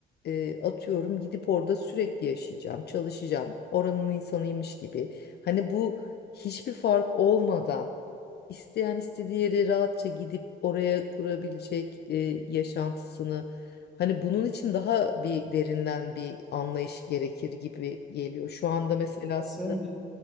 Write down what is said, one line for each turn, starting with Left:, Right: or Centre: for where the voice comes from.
Left: e, atıyorum gidip orada sürekli yaşayacağım, çalışacağım. Oranın insanıymış gibi. Hani bu hiçbir fark olmadan isteyen istediği yere rahatça gidip oraya kurabilecek e, yaşantısını Hani bunun için daha bir derinden bir anlayış gerekir gibi geliyor. Şu anda mesela
Centre: Evet,
Left: aslında
Centre: ya sen